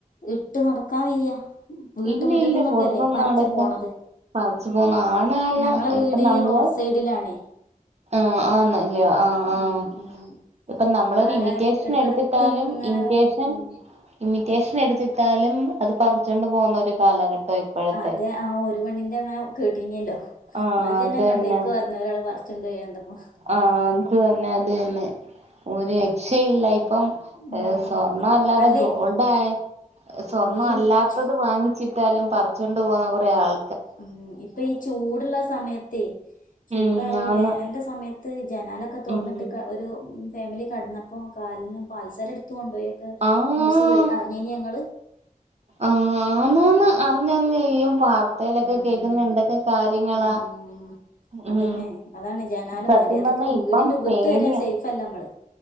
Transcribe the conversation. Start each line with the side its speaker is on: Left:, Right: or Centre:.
Left: ഇട്ട് നടക്കാൻ വയ്യാ വീട്ടുമുറ്റത്തന്നൊക്കല്ലേ
Right: ഇല്ല ഇല്ല പുറത്തൊന്നും
Left: പറച്ച്
Right: അടക്കാൻ
Left: പോണത്
Right: പറച്ചു പോന്ന ആണാണ്
Left: ഞങ്ങളെ വീട്
Right: ഇപ്പൊ
Left: ഈ
Right: നമ്മള്
Left: റോഡ് സൈഡിലാണേ
Right: ആഹ് ആന്നല്ലേ ആഹ് ആഹ്
Left: ഉം ഉം
Right: ഇപ്പൊ നമ്മളൊരു
Left: ആരാ
Right: ഇമിറ്റേഷൻ
Left: എടക്കെടക്ക്
Right: എടുത്തിട്ടാലും
Left: ഇങ്ങനെ
Right: ഇമിറ്റേഷൻ
Left: ഉം
Right: ഇമ്മിറ്റേഷൻ എടുത്തിട്ടാലും അത് പറിച്ചൊണ്ട് പോകുന്ന ഒരു കാലഘട്ടം ഇപ്പോഴത്തെ
Left: അതെ ആ ഒരു പെണ്ണിന്റെ ങ്ങനെ കേട്ടീനല്ലോ
Right: ആഹ്
Left: എന്നാജ്ജന്നെ
Right: അത് തന്നെ
Left: കൊണ്ടയ്ക്കൊ ന്ന ഒരാൾ പറച്ചോണ്ടയെ കണ്ടപ്പം
Right: ആഹ് അതന്നെ അതന്നെ ഒരു രക്ഷയില്ല ഇപ്പം
Left: ഉം
Right: ഏ സ്വർണ്ണല്ലാതെ
Left: അല്ല
Right: ഗോൾഡായാ സ്വർണം
Left: ഈ
Right: അല്ലാത്തത്
Left: ചു
Right: വാങ്ങിച്ചിട്ടാലും പറിച്ചൊണ്ട് പോന്ന കുറെ ആൾ
Left: ഉം ഇപ്പൊ ഈ ചൂടുള്ള സമയത്തെ ചൂടായതോണ്ട്
Right: ഉം ആന്ന്
Left: വേനന്റെ സമയത്ത് ത്ത് ജനാലൊക്കെ തുറന്നിട്ട്
Right: ഉം
Left: ഒരു ഫാമിലി കടന്നപ്പോ കാല്ന്ന് പാദസരം എടുത്ത് കൊണ്ട് പോയി
Right: ആഹ്
Left: ന്യൂസ് അറിഞ്ഞീനി നിങ്ങള്
Right: ആഹ് ആന്നാന്ന് അറിഞ്ഞറിഞ് ഈ വാർത്തെലെക്കെ
Left: ഉം
Right: കേൾക്കുന്ന എന്തൊക്കെ കാര്യങ്ങളാ
Left: ഉം അതന്നെ
Right: ഉം
Left: അതാണ് ജനാലമര്യാദക്ക്
Right: സത്യം പറഞ്ഞാ
Left: വീടിന്റഗത്ത്
Right: ഇപ്പം പേടിയാ
Left: വരെ സേഫല്ല നമ്മള്